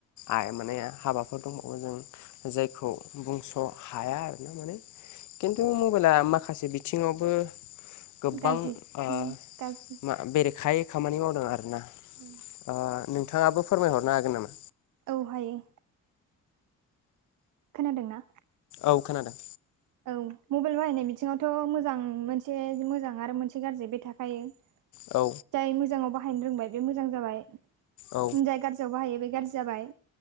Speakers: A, on the left (about 75°); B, on the right (about 80°).
A: आइ माने हाबाफोर दंबावो जों जायखौ बुंस' हाया आरो ना माने। खिन्थु मबाइला माखासे बिथिङावबो गोबां
B: गाज्रि
A: ओ
B: उम गाज्रि
A: मा बेरेखायै खामानि मावदों आरो ना।
B: उम
A: ओ नोंथाङाबो फोरमायहरनो हागोन नामा?
B: औ हायो। खोनादोंना?
A: औ खोनादों।
B: औ मबाइल बाहायनाय बिथिङावथ' मोजां मोनसे मोजां आरो मोनसे गाज्रि बे थाखायो। <inaudible>
A: औ
B: जाय मोजाङाव बाहायनो रोंबाय बे मोजां जाबाय
A: औ
B: जाय गाज्रियाव बाहायो बे गाज्रि जाबाय।